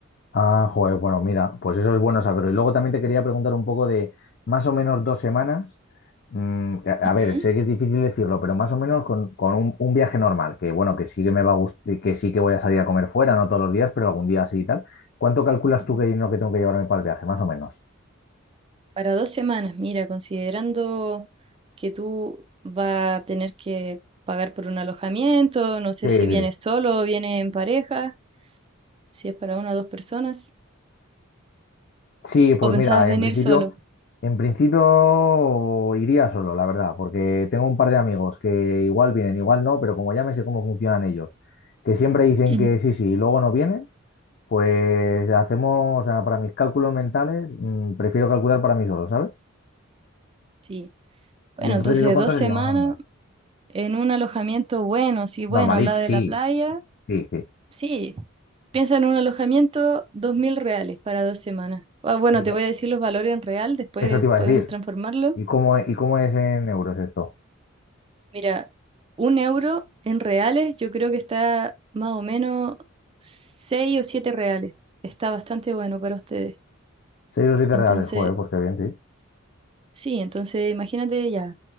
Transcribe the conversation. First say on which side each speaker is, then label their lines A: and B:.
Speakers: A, on the left; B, on the right.
A: Ah, joder, bueno, mira, pues eso es bueno saberlo. Y luego también te quería preguntar un poco de más o menos dos semanas. mm, a
B: Ujú.
A: a ver, sé que es difícil decirlo, pero más o menos con, con un, un viaje normal, que bueno, que sí que me va a gustar, que sí que voy a salir a comer fuera, no todos los días, pero algún día sí y tal. ¿Cuánto calculas
B: Ujú.
A: tú que dinero que tengo que llevarme para el viaje, más o menos?
B: Para dos semanas, mira, considerando que tú vas a tener que pagar por un alojamiento, no sé
A: Sí,
B: si
A: sí,
B: vienes solo o vienes en pareja, si es para una o dos personas,
A: Sí, pues
B: o pensabas
A: mira,
B: venir
A: en principio,
B: solo.
A: en principio iría solo, la verdad, porque tengo un par de amigos que igual vienen, igual no, pero como ya me sé cómo funcionan ellos, que siempre dicen
B: <clears throat>
A: que sí, sí, y luego no vienen, pues hacemos, o sea, para mis cálculos mentales, mm, prefiero calcular para mí solo, ¿sabes?
B: Sí. Bueno,
A: Y entonces,
B: entonces
A: ¿eso cuánto
B: dos
A: sería
B: semanas
A: más o menos?
B: en un alojamiento bueno, sí, bueno,
A: Normalito,
B: al lado de
A: sí,
B: la playa,
A: sí, sí.
B: sí. Piensa en un alojamiento, dos mil reales para dos semanas. Ah, bueno,
A: Y
B: te
A: no-
B: voy a decir los valores en real, después
A: Eso te iba
B: podemos
A: a decir.
B: transformarlo.
A: ¿Y cómo, y cómo es en euros esto?
B: Mira, un euro en reales yo creo que está más o menos 6 o 7 reales. Está bastante bueno para ustedes.
A: ¿Seis o siete
B: Entonces,
A: reales? Joder, pues qué bien, sí.
B: sí, entonces imagínate ya